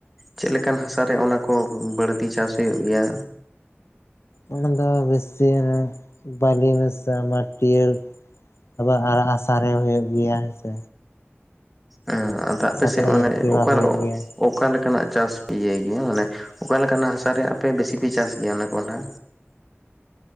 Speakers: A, in the centre; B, on the left.
A: ᱪᱮᱫ ᱞᱮᱠᱟᱱ ᱦᱟᱥᱟᱨᱮ ᱚᱱᱟ ᱠᱚ ᱵᱟᱹᱲᱛᱤ ᱪᱟᱥ ᱦᱩᱭᱩᱜ ᱜᱮᱭᱟ?
B: ᱚᱱᱟ ᱫᱚ ᱵᱮᱥᱤ ᱮᱸ ᱵᱟᱞᱤ ᱢᱮᱥᱟ ᱢᱟᱴᱭᱟᱹᱲ ᱟᱵᱟᱨ ᱟᱨᱟᱜ ᱦᱟᱥᱟ ᱨᱮ ᱦᱩᱭᱩᱜ ᱜᱮᱭᱟ ᱦᱮᱸ ᱥᱮ᱾
A: ᱦᱮᱸ ᱟᱫᱟ ᱟᱯᱮᱥᱮᱫ
B: ᱠᱚᱨᱮ
A: ᱢᱟᱱᱮ
B: ᱡᱟᱹᱥᱛᱤ ᱵᱟᱝ
A: ᱚᱠᱟ
B: ᱦᱩᱭᱩᱜ ᱜᱮᱭᱟ
A: ᱚᱠᱟ ᱞᱮᱠᱟᱱᱟᱜ ᱪᱟᱥ ᱤᱭᱟᱹᱭ ᱜᱮᱭᱟ ᱢᱟᱱᱮ ᱚᱠᱟ ᱞᱮᱠᱟᱱᱟᱜ ᱦᱟᱥᱟᱨᱮ ᱟᱯᱮ ᱵᱮᱥᱤᱯᱮ ᱪᱟᱥ ᱜᱮᱭᱟ ᱚᱱᱟ ᱠᱚᱸᱦᱰᱷᱟ᱾